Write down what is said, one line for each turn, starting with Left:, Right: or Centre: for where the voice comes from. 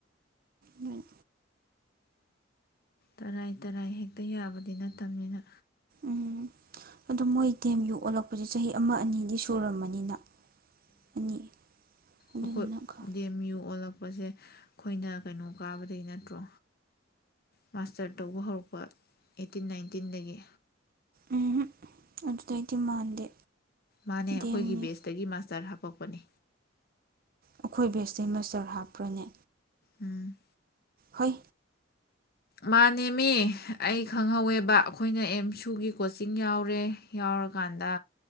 Right: ꯎꯝ
Left: ꯇꯔꯥꯏ ꯇꯔꯥꯏ ꯍꯦꯛꯇ ꯌꯥꯕꯗꯤ ꯅꯠꯇꯕꯅꯤꯅ
Right: ꯎꯝ ꯑꯗꯣ ꯃꯣꯏ ꯗꯦꯝ ꯌꯨ ꯑꯣꯜꯂꯛꯄꯁꯦ ꯆꯍꯤ ꯑꯃ ꯑꯅꯤꯗꯤ ꯁꯨꯔꯝꯃꯅꯤꯅ ꯑꯅꯤ ꯑꯗꯨꯗꯨꯅ
Left: ꯑꯩꯈꯣꯏꯒꯤꯦꯝ
Right: ꯈꯔ
Left: ꯌꯨ ꯑꯣꯜꯂꯛꯄ ꯍꯧꯛꯄꯁꯦ ꯑꯩꯈꯣꯏꯅ ꯀꯩꯅꯣ ꯀꯥꯕꯗꯒꯤ ꯅꯠꯇ꯭ꯔꯣ ꯃꯥꯁꯇꯔ ꯇꯧꯕ ꯍꯧꯔꯛꯄ ꯑꯩꯠꯇꯤꯟ ꯅꯥꯏꯟꯇꯤꯟꯗꯒꯤ
Right: ꯎꯝ ꯑꯗꯨꯗꯩꯗꯤ ꯃꯥꯟꯗꯦ
Left: ꯃꯥꯅꯦ ꯑꯩꯈꯣꯏꯒꯤ
Right: ꯗꯤ ꯑꯦꯝꯅꯤ
Left: ꯕꯦꯁꯇꯒꯤ ꯃꯥꯁꯇꯔ ꯍꯥ ꯄꯣꯛꯄꯅꯤ
Right: ꯑꯩꯈꯣꯏ ꯕꯦꯁꯇ ꯃꯥꯁꯇꯔ ꯍꯥꯞꯄ꯭ꯔꯅꯦ
Left: ꯎꯝ
Right: ꯍꯣꯏ
Left: ꯃꯥꯅꯦꯃꯤ ꯑꯩ ꯈꯪꯍꯧꯋꯦꯕ ꯑꯩꯈꯣꯏꯅ ꯑꯦꯝ ꯁꯨꯒꯤ ꯀꯣꯆꯤꯡ ꯌꯥꯎꯔꯦ ꯌꯥꯎꯔꯀꯥꯟꯗ